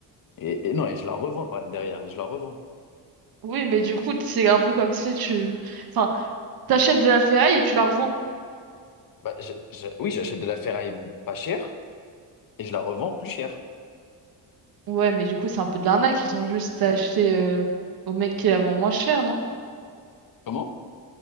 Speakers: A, on the left; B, on the right.
A: Et, et non, et je la revends par- derrière, et je la revends.
B: Oui, mais du coup, c'est un peu comme si tu... Enfin, t'achètes de la ferraille et tu la revends.
A: Bah, je- je- oui, j'achète de la ferraille pas chère et je la revends plus chère.
B: Ouais, mais du coup, c'est un peu de l'arnaque. Ils ont juste à acheter euh, au mec qui la vend moins cher, non?
A: Comment?